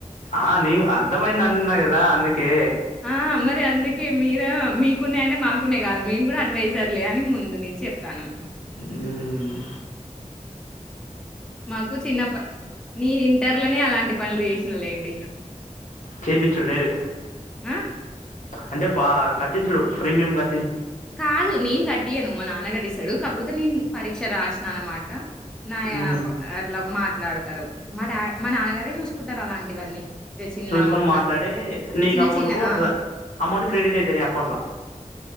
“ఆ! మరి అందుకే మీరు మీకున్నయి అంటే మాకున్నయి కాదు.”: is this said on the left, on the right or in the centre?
Centre